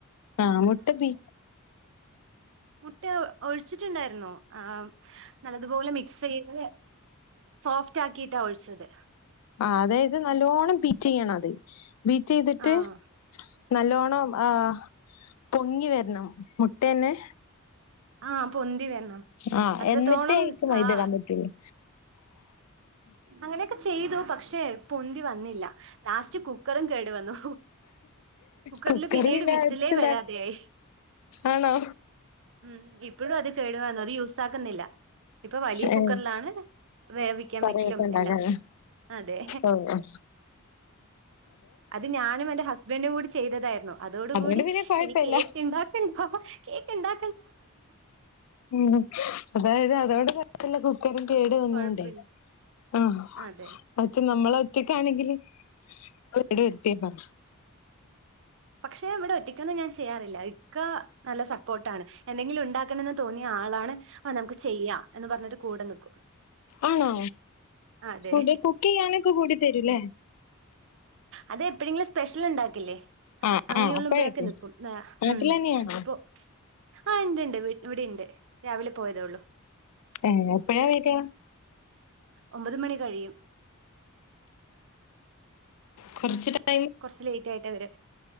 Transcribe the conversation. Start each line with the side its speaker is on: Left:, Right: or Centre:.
Left: ആ മുട്ട ബീ
Right: മുട്ട ഒഴിച്ചിട്ടുണ്ടായിരുന്നു ആഹ് നല്ലതുപോലെ മിക് സ് ചെയ്ത് സോഫ്റ്റ് ആക്കിട്ടാ ഒഴിച്ചത്
Left: ആഹ് അതായത് നല്ലോണ്ണം ബീറ്റ് ചെയ്യണം അത് ബീറ്റ് ചെയ്തിട്ട്-
Right: ആഹ്
Left: നല്ലോണം ആ പൊങ്ങി വരണം മുട്ടന്നെ-
Right: ആ പൊന്തി വരണം
Left: ആഹ്
Right: അത്രത്തോളം
Left: എന്നിട്ടേ അയിക്ക് മൈദ
Right: ആ-
Left: ഇടാൻ പറ്റുള്ളൂ
Right: അങ്ങനെയൊക്കെ ചെയ്തു പക്ഷെ പൊന്തി വന്നില്ല ലാസ്റ്റ് കുക്കറും കേടു വന്നു കുക്കറിൽ
Left: കുക്കറ്
Right: പിന്നീട്
Left: പിന്നെ
Right: വിസിലേ
Left: അടിച്ചില്ല
Right: വരാതെയായി
Left: ആണോ
Right: ഉം ഇപ്പോഴും അത് കേടു വന്നു അത് യൂസ് ആക്കുന്നില്ല ഇപ്പൊ വലിയ
Left: ഏഹ്
Right: കുക്കറിലാണ് വേവിക്കാൻ
Left: കറിയൊക്കെ
Right: വെക്കലും
Left: ഉണ്ടാക്കാന്
Right: എല്ലാം അതേ
Left: ഓഹ്
Right: അത് ഞാനും എന്റെ ഹസ്ബൻഡ് കൂടി ചെയ്തതായിരുന്നു അതോടുകൂടി
Left: അതുകൊണ്ട് പിന്നെ കൊഴപ്പല്ല
Right: ഇനി കേക്ക്ണ്ടാക്കണ്ട കേക്ക് ഇണ്ടാ
Left: ഉം അതായത് അതോടു പ <unintelligible> ട്ടുള്ള കു ക്ക് കേട് വന്നൊണ്ടേ
Right: കൊഴപ്പില്ല
Left: ആ
Right: അതെ
Left: പക്ഷേ നമ്മള് ഒറ്റക്കാണെങ്കില്- ഇങ്ങള് കെട് വരുത്തിയതാ
Right: പക്ഷെ ഇവിടെ ഒറ്റയ്ക്കൊന്നും ഞാൻ ചെയ്യാറില്ല ഇക്ക നല്ല സപ്പോർട്ടാണ് എന്തെങ്കിലും ഉണ്ടാക്കണെന്ന് തോന്നിയ ആളാണ്- ആ നമുക്ക് ചെയ്യാം എന്ന് പറഞ്ഞിട്ട്- കൂടെ നിക്കും
Left: ആണോ
Right: അതെ
Left: ഫുഡ് കുക്ക് ചെയ്യാനൊക്കെ കൂടി തരൂല്ലേ
Right: അത് എപ്പഴെങ്കിലും സ്പെഷ്യൽ ഉണ്ടാക്കില്ലേ
Left: ആഹ്
Right: അങ്ങനെയുള്ളപ്പൊഴൊക്കെ
Left: ആഹ് അപ്പഴേക്ക്
Right: നിക്കും
Left: നാട്ടിലെന്നെയാണോ
Right: ഉ ഇപ്പോ- ആ ഇണ്ട് ഇണ്ട് വീ ഇവിടെ ഇണ്ട് രാവിലെ പോയതേ ഒള്ളു
Left: ഏ എപ്പഴാ വര്ക
Right: ഒമ്പത് മണി കഴിയും
Left: കുറച്ച് ട്ട
Right: കുറച്ച് ലേറ്റ് ആയിട്ടേ വര